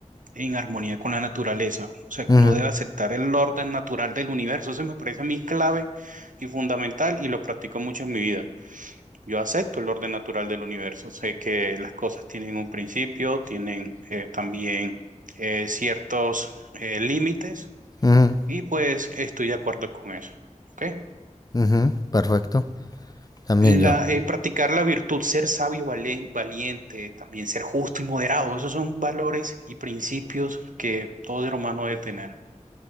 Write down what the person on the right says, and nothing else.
en armonía con la naturaleza, o sea, que
uno debe aceptar el orden natural del universo, eso me parece a mí clave y fundamental y lo practico mucho en mi vida. Yo acepto el orden natural del universo. Sé que las cosas tienen un principio, tienen eh, también eh, ciertos eh, límites
y pues estoy de acuerdo con eso. ¿Ok?
La,
eh, practicar la virtud, ser sabio, valen- valiente, también ser justo y moderado, esos son valores y principios que todo ser humano debe tener.